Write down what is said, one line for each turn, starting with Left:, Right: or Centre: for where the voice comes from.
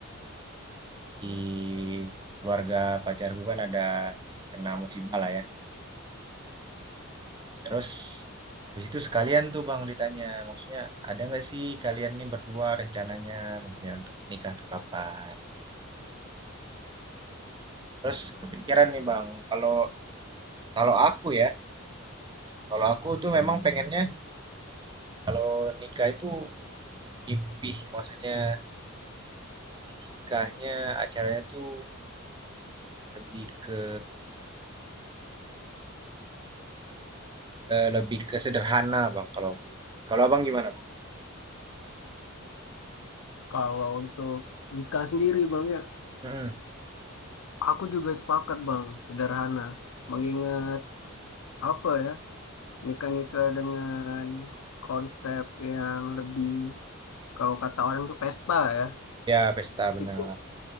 Right: di keluarga pacarku kan ada kena musibah lah ya. Terus habis itu sekalian tuh Bang ditanya, maksudnya ada nggak sih kalian nih berdua rencananya, maksudnya untuk nikah tuh kapan? Terus kepikiran nih Bang, kalau kalau aku ya, kalau aku tuh memang pengennya Kalau nikah itu mimpi, maksudnya mimpi nikahnya acaranya tuh lebih ke eh, lebih ke sederhana, Bang, kalau aku. Bang. Kalau Abang gimana, Bang?
Left: Kalau untuk nikah sendiri Bang ya,
Right: mm
Left: aku juga sepakat Bang, sederhana. Mengingat apa ya, nikah-nikah dengan konsep yang lebih, kalau kata orang itu pesta ya,
Right: Ya, pesta benar.
Left: itu